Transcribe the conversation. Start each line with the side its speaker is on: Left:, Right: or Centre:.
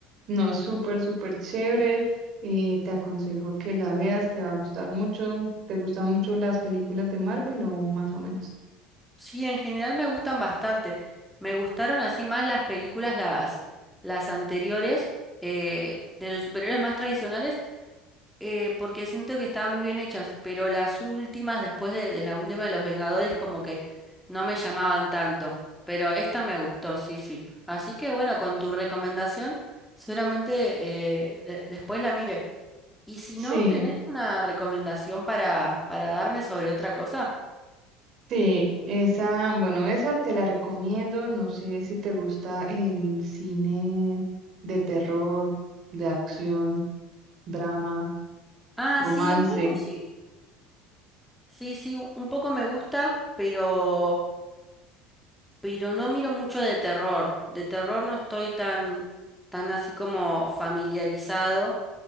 Right: No, súper, súper chévere. eh, te aconsejo que la veas, te va a gustar mucho. ¿Te gustan mucho las películas de Marvel o más o menos?
Centre: Sí, en general me gustan bastante. Me gustaron así más las películas, las, las anteriores, eh, de los superhéroes más tradicionales, eh, porque siento que estaban muy bien hechas, pero las últimas, después de, de la última de los Vengadores, como que no me llamaban tanto. Pero esta me gustó, sí, sí. Así que bueno, con tu recomendación, seguramente eh, de- después la mire. Y si
Right: Sí.
Centre: no, ¿tenés una recomendación para, para darme sobre otra cosa?
Right: Sí, esa, bueno, esa te la recomiendo. No sé si te gusta el cine de terror, de acción, drama,
Centre: Ah,
Right: romance.
Centre: sí, un poco sí. Sí, sí, u- un poco me gusta, pero, pero no miro mucho de terror. De terror no estoy tan, tan así como familiarizado.